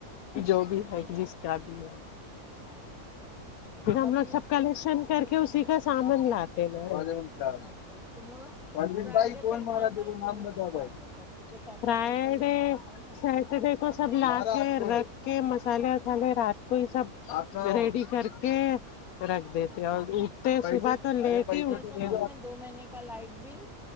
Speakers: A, on the left; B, in the centre.
A: جو بھی ہے جس کا بھی ہے
B: اچھا
A: پھر ہم
B: کبھی
A: لوگ سب کلیکشن کر کے اسی کا سامان لاتے ہے اچھا
B: اچھا تم لوگ
A: پ <unintelligible>
B: فرائیڈے
A: بھائی کون
B: تک
A: مارا
B: فائنل
A: تے کو نام
B: چاہیے
A: بتا
B: نا فرائیڈے
A: رہا
B: تک کیونکہ سیٹرڈے
A: فرائیڈے
B: کو لے کے آتے ہیں نا
A: سن دیکھو سب لا کے رکھ کے مسالے وسالے رات کو یہ سب رے ڈی کر کے رکھ دیتے اور دود توصبح تو لیٹ
B: ابھی
A: ہی
B: کیسے
A: اٹھتی
B: معلوم ہے دو مہینے کا لائٹ بل